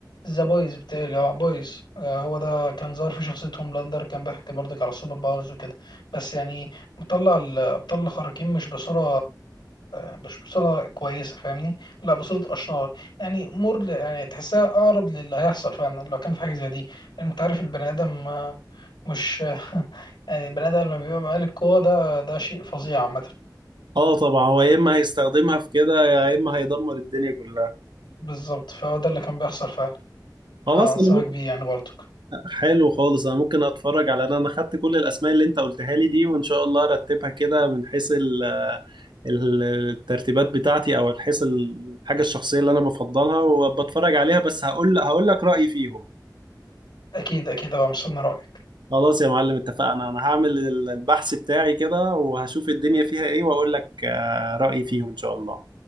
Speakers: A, on the left (about 85°); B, on the right (about 85°).
A: ذا بويز بتاعي اه بويز آه هو ده كان ظاهر في شخصية هوملاندر كان بيحكي برضك على السوبر باورز وكده بس يعني مطلع الأبطال الخارقين مش بصورة آه مش بصورة كويسة فاهمني لا بصورة أشرار يعني مر يعني تحسها أقرب للي هيحصل فعلا لو كان في حاجة زي دي يعني أنت عارف البني آدم آه، مش <laughs> يعني البني آدم لما بيبقى معاه القوة ده ده شيء فظيع عامة
B: اه طبعا هو يا اما هيستخدمها في كده يا اما هيدمر الدنيا كلها
A: بالظبط فهو ده اللي كان بيحصل فعلا
B: خلاص
A: فأنصحك
B: انا ممكن
A: بيه يعني برضك
B: حلو خالص انا ممكن اتفرج على انا انا خدت كل الاسماء اللي انت قلتها لي دي وان شاء الله ارتبها كده من حيث ال- آه، ال- الترتيبات بتاعتي او حيث الحاجة الشخصية اللي انا بفضلها وبتفرج عليها بس هقول هقول لك رأيي فيهم
A: أكيد أكيد أبقى مستني رأيك
B: خلاص يا معلم اتفقنا انا هعمل البحث بتاعي كده وهشوف الدنيا فيها ايه واقول لك آه، رأيي فيهم ان شاء الله